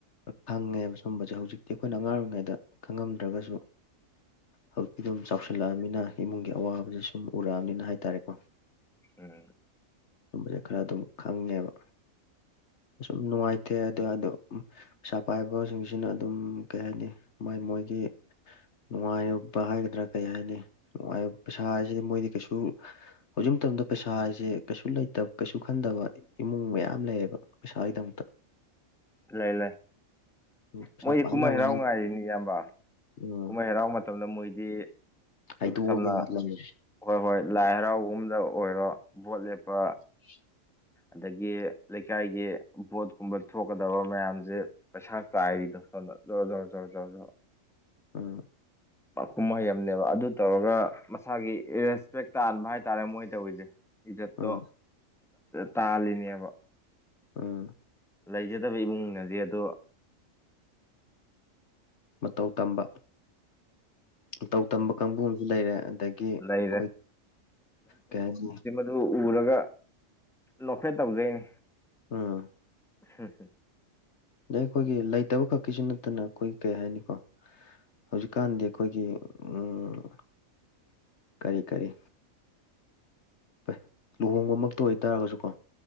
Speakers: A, on the left (about 60°); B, in the centre.
A: ꯈꯪꯉꯦꯕ ꯁꯨꯝꯕꯁꯦ ꯍꯧꯖꯤꯛꯇꯤ ꯑꯩꯈꯣꯏꯅ ꯑꯉꯥꯡ ꯑꯣꯏꯔꯤꯉꯩꯗ ꯈꯪꯉꯝꯗ꯭ꯔꯒꯁꯨ ꯍꯧꯖꯤꯛꯇꯤ ꯑꯗꯨꯝ ꯆꯥꯎꯁꯤꯜꯂꯛꯑꯃꯤꯅ ꯏꯃꯨꯡꯒꯤ ꯑꯋꯥꯕꯖꯦ ꯁꯨꯝ ꯎꯔꯛꯑꯕꯅꯤꯅ ꯍꯥꯏꯇꯥꯔꯦꯀꯣ
B: ꯎꯝ
A: <unintelligible> ꯕꯖꯦ ꯈꯔ ꯑꯗꯨꯝ ꯈꯪꯉꯦꯕ꯫ ꯁꯨꯝ ꯅꯨꯡꯉꯥꯏꯇꯦ ꯑꯗꯣ ꯑꯗꯣ ꯄꯩꯁꯥ ꯄꯥꯏꯕꯁꯤꯡꯁꯤꯅ ꯑꯗꯨꯝ ꯀꯩ ꯍꯥꯏꯅꯤ ꯃꯥꯏ ꯃꯣꯏꯒꯤ ꯅꯨꯡꯉꯥꯏ ꯍꯥꯏꯒꯗ꯭ꯔꯥ ꯀꯩ ꯍꯥꯏꯅꯤ ꯅꯨꯡꯉꯥꯏ ꯄꯩꯁꯥ ꯍꯥꯏꯖꯤꯗꯤ ꯃꯣꯏꯗꯤ ꯀꯩꯁꯨ ꯍꯧꯖꯤꯛ ꯃꯇꯝꯗ ꯄꯩꯁꯥꯖꯦ ꯀꯩꯁꯨ ꯂꯩꯇ ꯀꯩꯁꯨ ꯈꯟꯗꯕ ꯏꯃꯨꯡ ꯃꯌꯥꯝ ꯂꯩꯌꯦꯕ ꯄꯩꯁꯥꯒꯤꯗꯃꯛꯇ
B: ꯂꯩ ꯂꯩ
A: ꯎꯝ ꯄꯩꯁꯥ
B: ꯃꯣꯏꯗꯤ
A: ꯄꯥꯅꯕ
B: ꯀꯨꯝꯍꯩ ꯍꯔꯥꯎ ꯉꯥꯏꯔꯤꯅꯤ ꯏꯌꯥꯝꯕ
A: ꯎꯝ
B: ꯀꯨꯝꯍꯩ ꯍꯔꯥꯎ ꯃꯇꯝ ꯃꯇꯝꯗ ꯃꯣꯏꯗꯤ
A: ꯍꯥꯏꯗꯣꯛꯑꯒꯦ
B: ꯁꯝꯅ
A: ꯂꯩꯌꯦ
B: ꯍꯣꯏ ꯍꯣꯏ ꯂꯥꯏ ꯍꯔꯥꯎꯕꯒꯨꯝꯗ ꯑꯣꯏꯔꯣ ꯚꯣꯠ ꯂꯦꯞꯄ
A: <unintelligible>
B: ꯑꯗꯒꯤ ꯂꯩꯀꯥꯏꯒꯤ ꯚꯣꯠꯀꯨꯝꯕ ꯊꯣꯛꯀꯗꯕ ꯃꯌꯥꯝꯖꯦ ꯄꯩꯁꯥ ꯇꯥꯏꯔꯤꯗꯣ ꯁꯣꯟꯗ ꯖꯣꯔ ꯖꯣꯔ ꯖꯣꯔ ꯖꯣꯔ ꯖꯣ
A: ꯎꯝ
B: ꯄꯥꯛ ꯀꯨꯝꯍꯩ ꯑꯃꯅꯦꯕ ꯑꯗꯨ ꯇꯧꯔꯒ ꯃꯁꯥꯒꯤ ꯔꯦꯁꯄꯦꯛ ꯇꯥꯟꯕ ꯍꯥꯏꯇꯥꯔꯦ ꯃꯣꯏ ꯇꯧꯔꯤꯁꯦ ꯏꯖꯠꯇꯣ
A: ꯎꯝ
B: ꯇꯥꯜꯂꯤꯅꯦꯕ
A: ꯑꯥ
B: ꯂꯩꯖꯗꯕ ꯏꯃꯨꯡꯅꯗꯤ ꯑꯗꯣ
A: ꯃꯇꯧ ꯇꯝꯕ ꯃꯇꯧ ꯇꯝꯕ ꯀꯥꯡꯕꯨ ꯑꯃꯁꯨ ꯂꯩꯔꯦ ꯑꯗꯒꯤ ꯑꯩꯈꯣꯏ
B: ꯂꯩꯔꯦ
A: ꯀꯩ ꯍꯥꯏꯅꯤ
B: ꯑꯗꯨ ꯎꯔꯒ ꯅꯣꯛꯐꯦꯠ ꯇꯧꯖꯩꯅꯤ꯫
A: ꯑꯥ
B: <unintelligible>
A: ꯑꯗꯩ ꯑꯩꯈꯣꯏꯒꯤ ꯂꯩꯇꯕ ꯈꯛꯀꯤꯁꯨ ꯅꯠꯇꯅ ꯑꯩꯈꯣꯏꯒꯤ ꯀꯩ ꯍꯥꯏꯅꯤꯀꯣ ꯍꯧꯖꯤꯛꯀꯥꯟꯗꯤ ꯑꯩꯈꯣꯏꯒꯤ ꯎꯝ ꯀꯔꯤ ꯀꯔꯤ ꯩ ꯂꯨꯍꯣꯡꯕꯃꯛꯇ ꯑꯣꯏꯇꯥꯥꯔꯒꯁꯨ ꯀꯣ